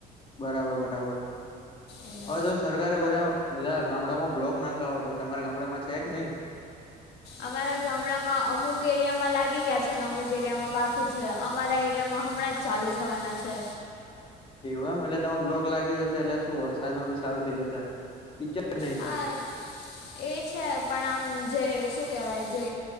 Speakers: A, on the left; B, on the left.
A: બરાબર બરાબર
B: એટલે
A: હવે તો સરકારે બધા બધા ગામડામાં બ્લોક નાંગાવવા છે તમારા ગામડામાં છે કે નઈ
B: અમારા ગામડામાં અમુક એરિયામાં લાગી ગયા છે ને અમુક એરિયામાં બાકી છે અમારા એરિયામાં હમણાં ચાલુ થવાના છે
A: એવું એમ એટલે તમે બ્લોક લાગી જશે એટલે શું વરસાદમાં બી સારું થઈ જશે પિક્ચર જ નહીં
B: હાય
A: થાય.
B: એ છે પણ આમ જે શું કેવાય જે